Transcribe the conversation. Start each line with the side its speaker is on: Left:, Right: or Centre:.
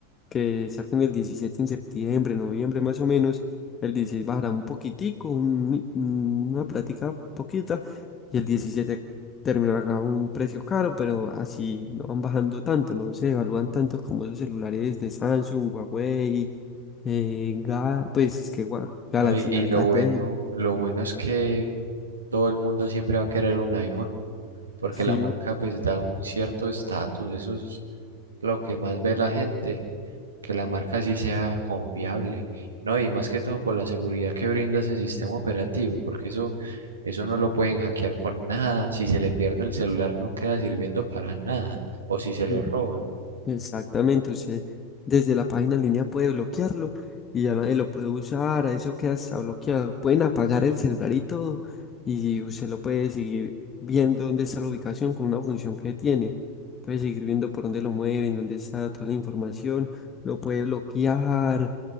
Left: que saquen el 17 en septiembre, noviembre más o menos, el 16 bajará un poquitico, un mi- una plática poquita, y el 17 terminará a un precio caro, pero así no van bajando tanto, no se evalúan tanto como esos celulares de Samsung, Huawei, eh, Ga- pues que Gua- Galaxy,
Right: No, y, y
Left: Alcatel.
Right: lo bueno, lo bueno es que todo el mundo siempre va a querer un iPhone, porque
Left: Sí,
Right: la marca pues da un cierto estatus, eso es lo que más ve la gente, que la marca sí sea confiable, ¿no? Y más que todo por la seguridad que brinda ese sistema operativo, porque eso, eso no lo pueden hackear con nada, si se le pierde el celular no queda sirviendo para nada, o si se lo
Left: sí.
Right: roban.
Left: Exactamente, usted desde la página en línea puede bloquearlo y ya nadie lo puede usar, a eso queda hasta bloqueado. Pueden apagar el celular y todo y usted lo puede seguir viendo dónde está la ubicación con una función que tiene. Puede seguir viendo por dónde lo mueven, dónde está toda la información, lo puede bloquear,